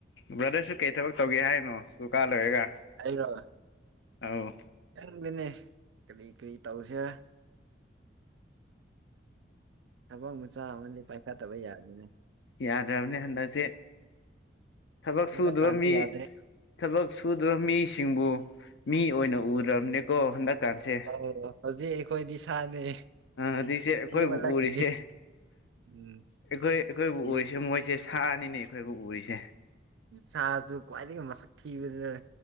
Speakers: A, on the left; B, on the right.
A: ꯕ꯭ꯔꯗꯔꯁꯨ ꯀꯩ ꯊꯕꯛ ꯇꯧꯒꯦ ꯍꯥꯏꯔꯤꯅꯣ ꯁꯀ꯭ꯨꯜ ꯀꯥ ꯂꯣꯏꯔꯒ꯫
B: ꯑꯩꯔꯣ꯫
A: ꯑꯧ꯫
B: ꯈꯪꯗꯦꯅꯦ ꯀꯔꯤ ꯀ꯭ꯔꯤ ꯇꯧꯁꯤꯔ꯫ ꯊꯕꯛ ꯃꯆꯥ ꯑꯃꯗꯤ ꯄꯥꯏꯈꯠꯇꯕ ꯌꯥꯗꯦꯅꯦ꯫
A: ꯌꯥꯗ꯭ꯔꯕꯅꯦ ꯍꯟꯗꯛꯁꯦ ꯊꯕꯛ
B: ꯍꯟꯗꯛ
A: ꯁꯨꯗꯕ
B: ꯀꯥꯟꯁꯦ
A: ꯃꯤ
B: ꯌꯥꯗ꯭ꯔꯦ
A: ꯊꯕꯛ ꯁꯨꯗ꯭ꯔ ꯃꯤꯁꯤꯡꯕꯨ ꯃꯤ ꯑꯣꯏꯅ ꯎꯗ꯭ꯔꯕꯅꯦꯀꯣ
B: ꯎꯝ
A: ꯍꯟꯗꯛꯀꯥꯟꯁꯦ꯫
B: ꯑꯧ ꯍꯧꯖꯤꯛ ꯑꯩꯈꯣꯏꯗꯤ ꯁꯥꯅꯦ꯫
A: ꯍꯧꯖꯤꯛꯁꯦ ꯑꯩꯈꯣꯏꯕꯨ
B: ꯃꯤ ꯑꯣꯜꯂꯛꯈꯤꯅꯤ
A: ꯎꯔꯤꯁꯦ
B: ꯎꯝ
A: ꯑꯩꯈꯣꯏ ꯑꯩꯈꯣꯏꯕꯨ
B: ꯌꯣ
A: ꯎꯔꯤꯁꯦ ꯃꯣꯏꯁꯦ ꯁ ꯁꯥ ꯅꯤꯅꯦ ꯑꯩꯈꯣꯏꯕꯨ ꯎꯔꯤꯖꯦ
B: ꯁꯥꯖꯨ ꯈ꯭ꯋꯥꯏꯗꯒꯤ ꯃꯁꯛ ꯊꯤꯕ <unintelligible>